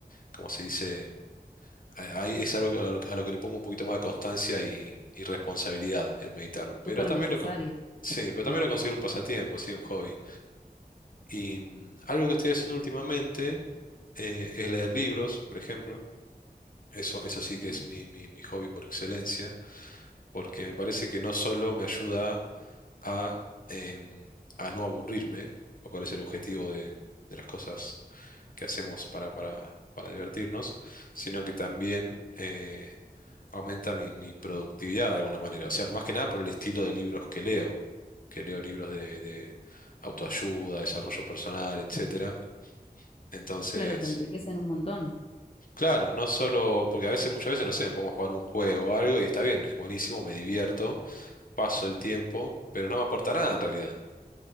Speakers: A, on the left (about 60°); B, on the left (about 35°).
A: ¿cómo se dice? A- ahí Es algo que- a lo a lo que le pongo un poquito más de constancia y, y responsabilidad el meditar. Pero
B: Súper
A: también
B: necesario
A: lo, con- sí, pero
B: la
A: también
B: meditación.
A: lo considero un pasatiempo, sí, un hobby. Y mm, algo que estoy haciendo últimamente eh, es leer libros, por ejemplo. Eso, eso sí
B: Qué
A: que
B: Bueno,
A: es mi, mi mi hobby por excelencia. porque me parece que no solo me ayuda a, em, a no aburrirme, lo cual es el objetivo de, de las cosas que hacemos para, para, para divertirnos, sino que también eh, aumenta mi, mi productividad de alguna manera. O sea, más que nada por el estilo de libros que leo, que leo libros de, de autoayuda, desarrollo personal, etcétera. Entonces...
B: claro, te enriquecen un montón.
A: Claro, no solo, porque a veces, muchas veces, no sé, me pongo a jugar un juego o algo y está bien, es buenísimo, me divierto, paso el tiempo, pero no me aporta nada en realidad.